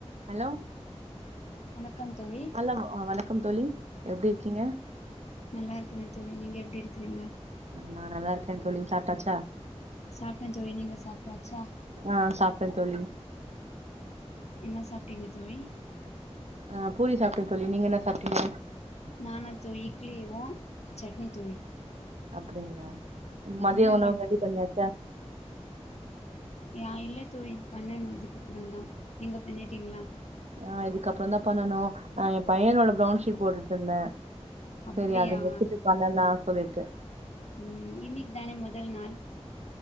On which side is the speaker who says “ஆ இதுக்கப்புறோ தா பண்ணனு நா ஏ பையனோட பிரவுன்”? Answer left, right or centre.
Right